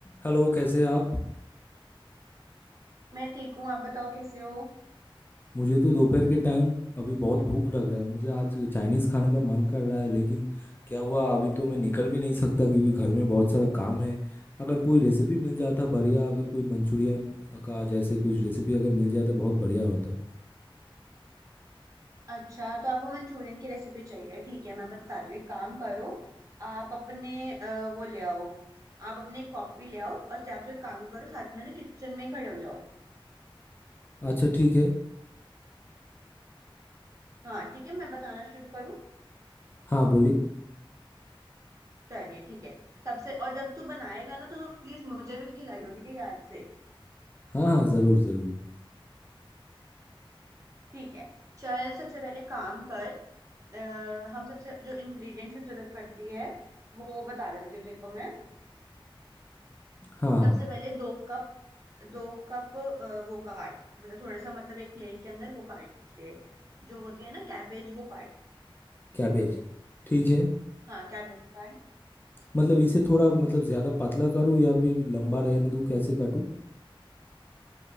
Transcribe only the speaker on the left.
Hello कैसे हैं आप
मुझे तो दोपहर के टाइम अभी बहुत भूख लग रहा है मुझे आज चाइनीज़ खाने का मन कर रहा है लेकिन क्या हुआ अभी तो मैं निकल भी नहीं सकता क्योंकि घर में बहुत सारा काम है अगर कोई रेसिपी मिल जाता बढ़िया अगर कोई मंचूरियन का जैसे कुछ रेसिपी अगर मिल जाता बहुत बढ़िया होता
अच्छा ठीक है
हाँ बोलिए
हाँ हाँ ज़रूर ज़रूर
हाँ हाँ
कैबेज ठीक है
मतलब इसे थोड़ा मतलब ज़्यादा पतला करूँ या फिर लंबा रहने दूँ कैसे काटूँ